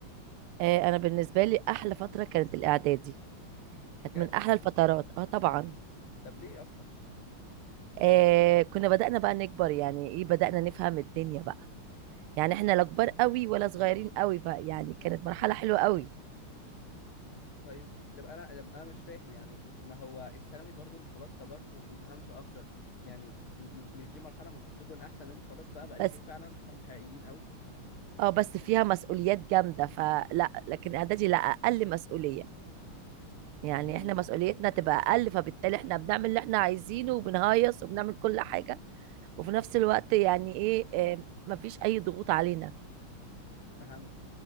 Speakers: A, on the right; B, on the left.
A: آه انا بالنسبه لي احلى فتره كانت الاعدادي كانت
B: بجد
A: من احلى الفترات اه طبعا
B: طب ليه اصلا
A: آه كنا بدأنا بقى نكبر يعني ايه بدأنا نفهم الدنيا بقى يعني احنا لا كبار قوي ولا صغيرين قوي فيعني كانت مرحله حلوه قوي
B: طيب طب انا طب انا مش فاهم يعني ما هو الثانوي برضو انت خلاص كبرت و- وفهمت اكتر يعني م- م- مش دي مرحله المفروض تكون احسن انت خلاص بقى بقى ليك
A: بس
B: فعلا صحاب حقيقيين قوي
A: اه بس فيها مسؤوليات جامده فلا لكن اعدادي لا اقل مسؤوليه
B: امم
A: يعني احنا مسؤوليتنا تبقى اقل فبالتالي احنا بنعمل اللي احنا عايزينه وبنهيص وبنعمل كل حاجه وفي نفس الوقت يعني ايه آه، مفيش اي ضغوط علينا
B: فهمت